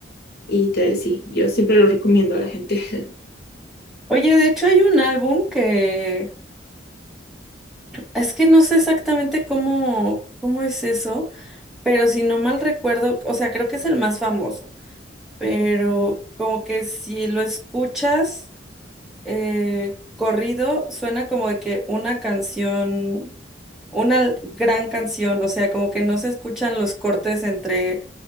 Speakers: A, on the left; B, in the centre.
A: Y te, sí, yo siempre lo recomiendo a la gente. <laughs>
B: Oye, de hecho hay un álbum que es que no sé exactamente cómo, cómo es eso, pero si no mal recuerdo, o sea, creo que es el más famoso, pero como que si lo escuchas eh, corrido suena como de que una canción, una l- gran canción, o sea, como que no se escuchan los cortes entre